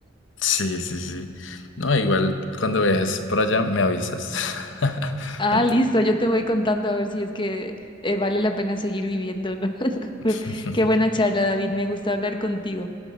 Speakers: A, on the left (about 75°); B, on the left (about 25°).
A: Sí, sí, sí. No, igual cuando viajes por allá me avisas. <laughs>
B: Ah,
A: Al-
B: listo, yo te voy contando a ver si es que eh, vale la pena seguir viviendo, ¿no? <laughs>
A: <laughs>
B: Me- Qué buena charla, David, me gusta hablar contigo.